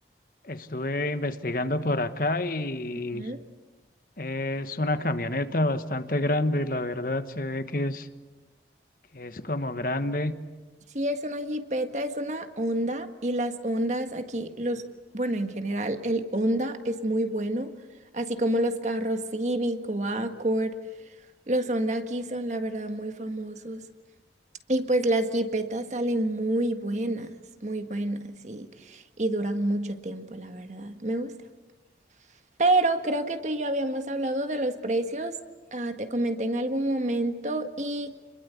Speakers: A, on the left; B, on the right.
A: estuve investigando por acá y
B: Ujú.
A: es una camioneta bastante grande, la verdad, se ve que es, que es como grande.
B: Sí, es una jipeta, es una Honda y las Hondas aquí, los, bueno, en general, el Honda es muy bueno, así como los carros Civic o Accord. Los Honda aquí son, la verdad, muy famosos. Y pues las jipetas salen muy buenas, muy buenas y, y duran mucho tiempo, la verdad. Me gusta. Pero creo que tú y yo habíamos hablado de los precios. ah, te comenté en algún momento y